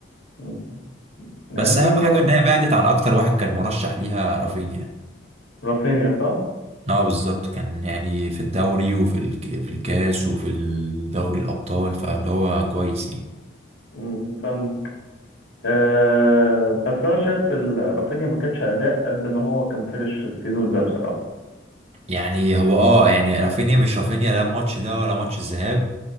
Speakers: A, on the left; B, on the right.
A: مم. يعني
B: بس اهم حاجة ان هي بعدت عن اكتر واحد كان مرشح ليها رافينيا
A: رافينيا صح
B: اه بالظبط كان يعني في الدوري وفي الك... في الكاس وفي الدوري الابطال فاللي هو كويس يعني
A: مم. فاهم أه بس انا شايف ال- رافينيا ما كانش اداء قد ما هو كان فينش السيزون ده بصراحه
B: يعني هو اه يعني رافينيا مش رافينيا لا الماتش ده ولا ماتش الذهاب